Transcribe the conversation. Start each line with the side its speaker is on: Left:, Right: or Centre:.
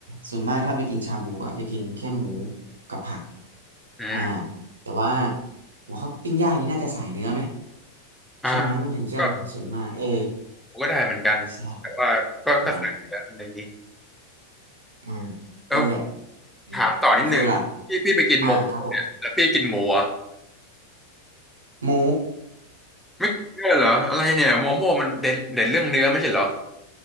Right: ส่วนมากถ้าไปกินชาบูก็จะกินแค่หมูกับผัก
Centre: อืม
Right: อ่าแต่ว่าผมว่าปิ้งย่างนี้น่าจะสายเนื้อไหม
Centre: อ่า
Right: ใช่ไหมมันถึงจะอร่อยส่วนมากเออ
Centre: ก็ผมก็ได้เหมือนกันแต่ว่าก็ก็สั่งอยู่แล้วอะไรอย่างนี้
Right: ใช่อ่าอ่า
Centre: แล้ว
Right: นั่นแหละอืมแล้วฟิลล่ะ
Centre: ถามต่อนิดนึงพี่พี่ไปกินหมูเนี่ยแล้วพี่กินหมูเหรอ
Right: อ่าครับผมหมู
Centre: ไม่เชื่อเหรออะไรเนี่ยโมโม่มันเด่นเด่นเรื่องเนื้อไม่ใช่เหรอ